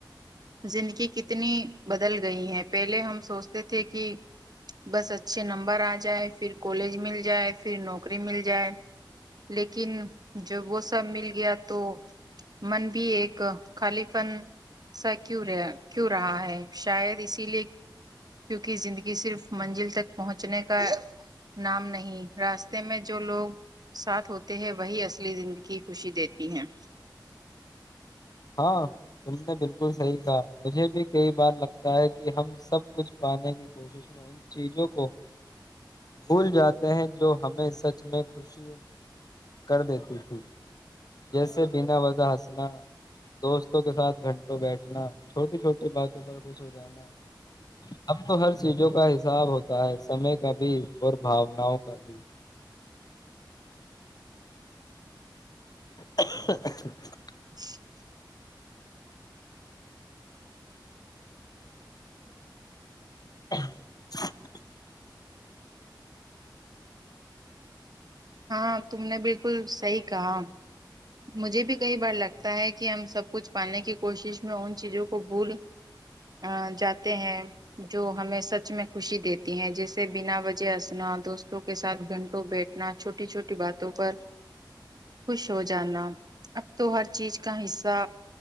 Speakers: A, on the right; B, on the left.
A: زندگی کتنی بدل گئی ہے پہلے ہم سوچتے تھے کہ بس اچھے نمبر آ جائے پھر کالج مل جائے پھر نوکری مل جائے لیکن جب وہ سب مل گیا تو من بھی ایک خالی فن سا کیوں رہ کیوں رہا ہے شاید اسی لیے کیونکہ زندگی صرف منزل تک پہنچنے کا نام نہیں راستے میں جو لوگ ساتھ ہوتے ہیں وہی اصلی زندگی خوشی دیتے ہیں
B: ہاں تم نے بالکل صحیح کہا مجھے بھی کئی بار لگتا ہے کہ ہم سب کچھ پانے کی کوشش میں ان چیزوں کو بھول جاتے ہیں جو ہمیں سچ میں خوشی کر دیتی تھی جیسے بنا وضا ہسنا دوستوں کے ساتھ گھنٹوں بیٹھنا چھوٹی چھوٹی باتوں پر خوش ہو جانا اب تو ہر چیزوں کا ح صاب ہوتا ہے سمے کا بھی بھی اور بھاوناؤں کا بھی جپسذسغغس
A: ج
B: بہار کی اوج عا رہی ہے
A: ہاں تم نے بالکل صحیح کہا مجھے بھی کئی بار لگتا ہے کہ ہم سب کچھ پانے کی کوشش میں ان چیزوں کو بھول ا جاتے ہیں جو ہمیں سچ میں خوشی دیتی ہیں جیسے بنا وجے اسنا دوست کے سھ گھنٹوں بیٹھنا چھوٹی چھوٹی باتوں پر خوش ہو ج جانا اب تو ہر چیز کا حصہ